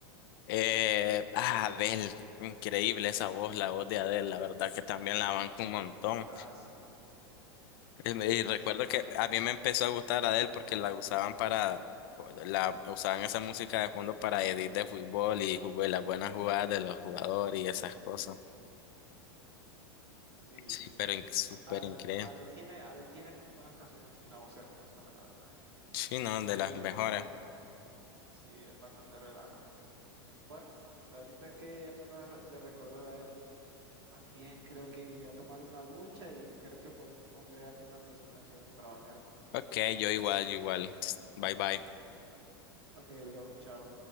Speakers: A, on the left; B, on the right.
A: Eh, ah, Adele. Increíble esa voz, la voz de Adele, la verdad que también la banco un montón.
B: Ah, sí,
A: Y me- y recuerdo
B: sí, claro.
A: que a mí me empezó a gustar Adele porque la usaban para, la usaban esa música de fondo para edit de fútbol y jugo- las buenas jugadas de los jugadores y esas cosas.
B: Sí,
A: Sí,
B: sí,
A: pero
B: sí,
A: in-
B: sí.
A: súper
B: Ad-
A: increíble.
B: Adele tiene, Adele tiene muy buenas canciones y una voz hermosa, la verdad.
A: Sí,
B: Eh,
A: no, de
B: Es
A: las mejores.
B: bastante, sí, es bastante relajante. Bueno, sabes, ahorita que me acabas de recordar a él, más bien creo que iré a tomar una ducha y creo que por- pondré algunas de sus canciones para bañarme.
A: Ok, yo igual, yo igual. Bye bye.
B: Ok, bro, chao.